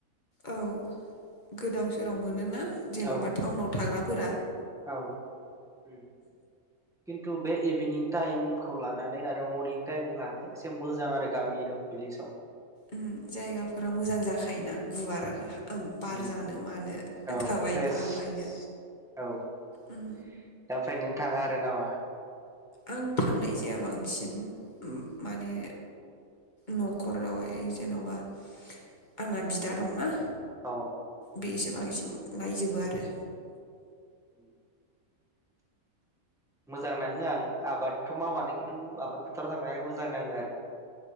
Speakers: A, on the left; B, in the centre.
A: औ गोदाव सोराव मोनो ना जेन'बा
B: औ
A: टाउनाव थाग्रा फोरा
B: औ उम खिन्थु बे इभिनिं टाइमखौ लानानै आरो मरनिं टाइमखौ लानानै एसे मोजां आरो गामि एरियाआव भिलेजाव
A: उम जायगाफोरा मोजां जाखायोना गुवार
B: उम
A: बार
B: उम
A: जानो मानो
B: औ
A: थाबायनो
B: फ्रेस
A: माबायनो
B: औ दा
A: उम
B: ओमफ्राय नों थाङा आरो नामा
A: आं थांनाय जाया बांसिन माने न'खरावहाय जेन'बा आंना बिदा दंना
B: औ
A: बेसो बांसिन नायजोबो आरो
B: उम मोजां नाङो आं आबादथ' मावानो खिन्थु आबाद फोथाराव थांनानै मोजां नाङो आरो